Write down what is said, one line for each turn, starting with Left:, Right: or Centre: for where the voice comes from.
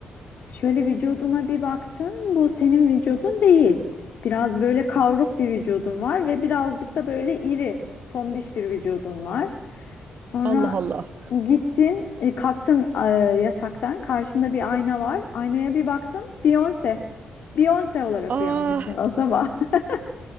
Left: Şöyle vücuduna bir baktın. Bu senin vücudun değil. Biraz böyle kavruk bir vücudun var ve birazcık da böyle iri, tombiş bir vücudun var. Sonra
Right: Allah Allah.
Left: gittin, e, kalktın e, yataktan. Karşında bir ayna var. Aynaya bir baktın, Beyoncé. Beyoncé olarak
Right: Ah
Left: uyanmışsın o sabah. <laughs>